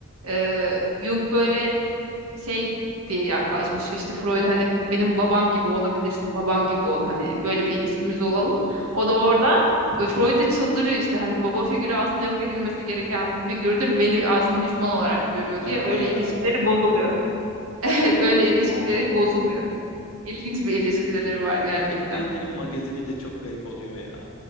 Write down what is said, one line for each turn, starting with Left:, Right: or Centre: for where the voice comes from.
Right: e, Jung böyle şey diye yaklaşmış. İşte Freud hani benim babam gibi olabilirsin, babam gibi ol hani böyle bir ilişkimiz olalım.
Left: Hmm,
Right: O da orada e, Freud da çıldırıyor işte hani baba figürü aslında yok edilmesi gereken bir figürdür. Beni aslında düşman olarak görüyor
Left: ben
Right: diye öyle
Left: ne yarattım
Right: ilişkileri bozuluyor.
Left: diyor.
Right: <laughs> Evet öyle ilişkileri
Left: Allah Allah.
Right: bozuluyor. İlginç bir ilişkileri var
Left: Entelektüellerin
Right: gerçekten.
Left: magazini de çok garip oluyor ya.